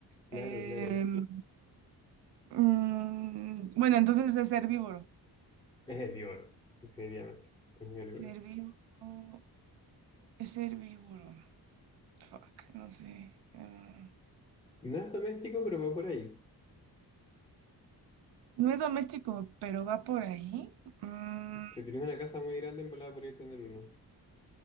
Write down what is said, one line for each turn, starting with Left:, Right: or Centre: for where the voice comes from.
Left: Claro,
Right: Em,
Left: claro.
Right: mm, bueno, entonces es herbívoro.
Left: Es herbívoro, definitivamente. Es muy herbívoro.
Right: Es herbívoro. Es herbívoro. Fuck, no sé. Ah,
Left: No es doméstico, pero va por ahí.
Right: no es doméstico, pero va por ahí. Mm,
Left: Si tienes una casa muy grande, en volada podría tener uno.